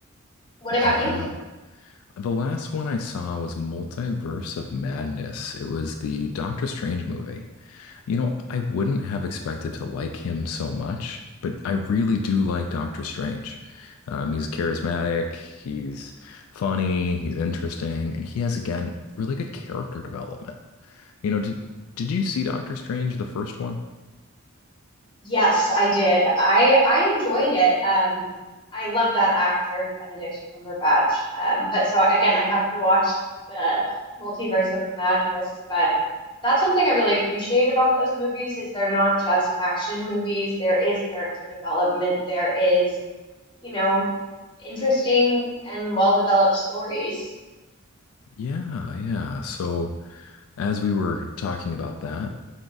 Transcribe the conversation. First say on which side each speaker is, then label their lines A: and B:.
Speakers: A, on the left (about 80°); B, on the left (about 25°).
A: <laughs>
B: What
A: Yeah.
B: about you?
A: The last one I saw was Multiverse of Madness. It was the Doctor Strange movie. You know, I wouldn't have expected to like him so much, but I really do like Doctor Strange. Um, he's charismatic, he's funny, he's interesting, and he has, again, really good character development. You know, did did you see Doctor Strange, the first one?
B: Yes, I did. I I enjoyed it. Um, I love that actor, Benedict Cumberbatch. Um, but so again, I have to watch the Multiverse of Madness. But that's one thing I really appreciate about those movies is they're not just action movies. There is character development. There is, you know, interesting and well-developed stories.
A: Yeah, yeah. So as we were talking about that.